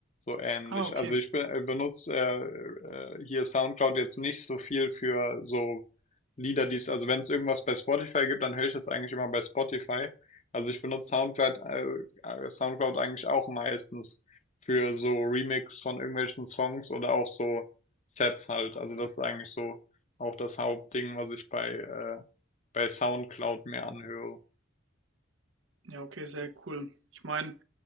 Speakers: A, on the left; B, on the right.
A: so ähnlich.
B: Ah, okay.
A: Also ich be- äh, benutze äh, äh, hier SoundCloud jetzt nicht so viel für so Lieder, die es, also wenn es irgendwas bei Spotify gibt, dann höre ich das eigentlich immer bei Spotify. Also ich benutze SoundCloud, äh, äh, SoundCloud eigentlich auch meistens für so Remix von irgendwelchen Songs oder auch so Sets halt. Also das ist eigentlich so auch das Hauptding, was ich bei, äh, bei SoundCloud mir anhöre.
B: Ja, okay, sehr cool. Ich meine,